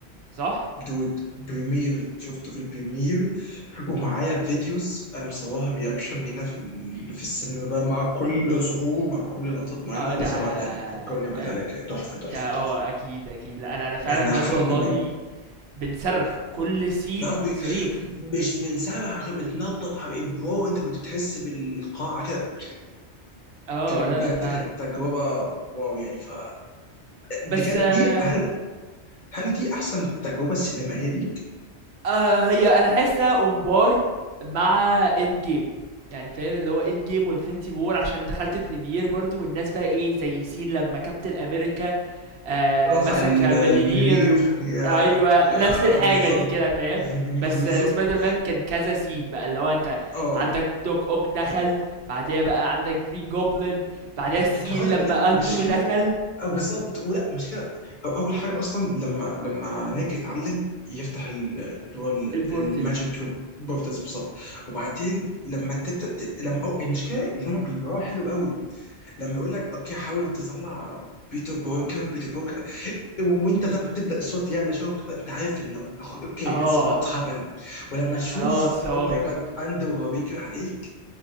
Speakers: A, on the right; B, on the left.
A: صح؟
B: دود بريمير شفته في البريمير ومعايا فيديوز انا مصورها رياكشن لينا في ال- في السينما بقى مع كل ظهور مع كل لقطات معينه
A: اه ده
B: لازم ابعتها لك فكرني ابعتها
A: آه،
B: لك تحفه تحفه
A: ده اه
B: تحفه
A: اكيد اكيد لا انا انا فعلا
B: احنا
A: بجد
B: حرفيا
A: والله
B: كنا
A: بنصرخ كل سين
B: ما بي
A: صريخ
B: مش بنسرح غير بنتنطط حبيبي برو انت كنت بتحس بالقاعه كده
A: اه
B: كان
A: لا
B: بجد
A: لا فعلا
B: كانت تجربة واو يعني ف بجد
A: بس آه
B: دي هل هل دي أحسن تجربة سينمائية ليك؟
A: آه هي انا حاسس انها امبار مع اند جيم يعني فاهم اللي هو اند جيم وانفينيتي وور عشان دخلت بريمير برضو والناس بقى ايه زي سين لما كابتن امريكا آه
B: رفع
A: مسك
B: ال-
A: مليونير
B: المنير
A: و...
B: يا
A: ايوه
B: يا
A: نفس الحاجه
B: بالظبط
A: دي كده فاهم
B: <laughs>
A: بس
B: بالظبط
A: آه، سبايدر مان كان كذا سين بقى اللي هو انت
B: اه
A: عندك دوك اوك دخل بعديها بقى عندك جرين جوبلin بعديها
B: د-
A: السين
B: انت خدها
A: لما
B: بالله ومش
A: اندرو
B: كده
A: دخل
B: آه، بالظبط ولا مش كده أو اول حاجه اصلا لما لما نيك اتعلم يفتح ال- اللي هو ال-
A: البورتل
B: الماجيك بورتالز بالظبط وبعدين لما تبدا ت- لما أو المشكله اللي هم بيبيعوها حلو قوي لما يقول لك اوكي حاول تطلع بيتر بوركر بيتر بوركر و- وانت بتاخد تبدا الصوت يعلى شويه وتبقى انت عارف انه أخ- اوكي
A: اه
B: اتس اباوت هابن ولما تشوف
A: خلاص اه
B: او ماي جاد اندو وهو بيجري عليك